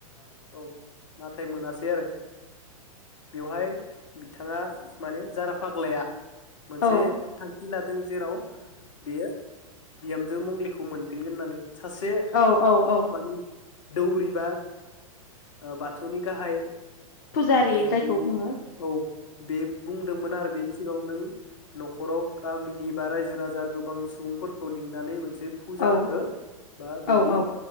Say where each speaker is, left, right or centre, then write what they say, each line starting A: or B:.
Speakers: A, on the left; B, on the left.
A: औ नाथाय मोनासै आरो बेवहाय बिथाङा माने जारा फाग्लाया मोनसे
B: औ
A: थांखि लादों जेराव बेयो बिहामजो मंलिखौ मोनफिनगोन होननानै सासे
B: औ औ औ
A: मानि दौरिबा ओ बाथौनि गाहाय
B: फुजारि
A: ए
B: जायखौ बुङो
A: औ बे बुंदोंमोन आरो बेनि सिगाङाव नों न'खराव गामिनि बा रायजो राजा गोबां सुबुंफोरखौ लिंनानै मोनस बे फुजा
B: औ
A: हो बा बेनि
B: औ औ